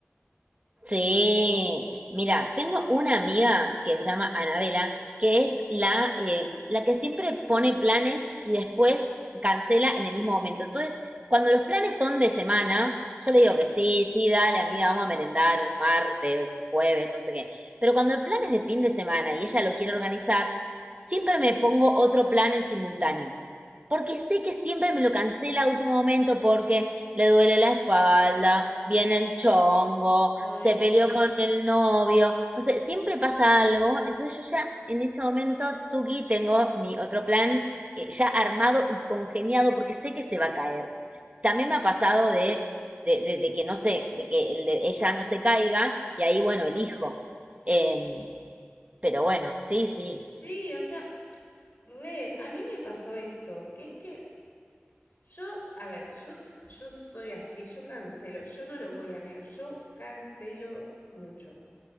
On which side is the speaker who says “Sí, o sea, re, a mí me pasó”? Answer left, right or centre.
Left